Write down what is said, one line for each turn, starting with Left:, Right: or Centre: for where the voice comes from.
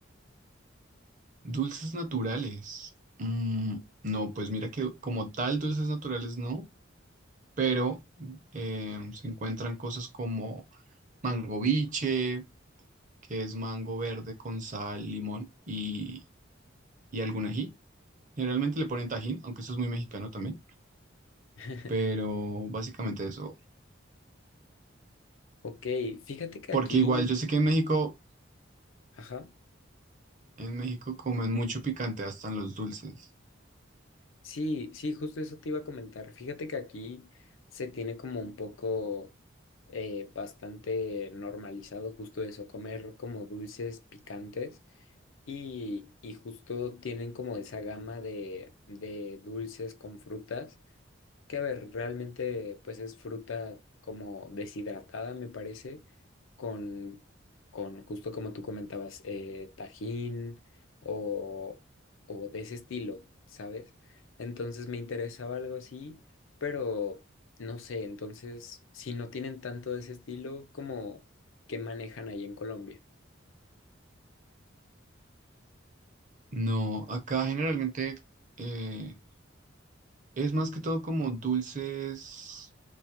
Right: Dulces naturales. Mm, no, pues mira que como tal dulces naturales no, pero eh, se encuentran cosas como mango biche, que es mango verde con sal, limón y, y algún ají. Generalmente le ponen tajín, aunque eso es muy mexicano también,
Left: <laughs>
Right: pero básicamente eso.
Left: Ok, fíjate que
Right: Porque
Left: aquí,
Right: igual yo sé que en México,
Left: ajá,
Right: en México comen mucho picante hasta en los dulces.
Left: sí, sí, justo eso te iba a comentar. Fíjate que aquí se tiene como un poco eh, bastante normalizado justo eso, comer como dulces picantes y, y justo tienen como esa gama de, de dulces con frutas Que a ver, realmente pues es fruta como deshidratada, me parece, con, con justo como tú comentabas, eh, tajín o, o de ese estilo, ¿sabes? Entonces me interesaba algo así, pero no sé, entonces si no tienen tanto de ese estilo, como que manejan ahí en Colombia?
Right: No, acá generalmente eh, es más que todo como dulces.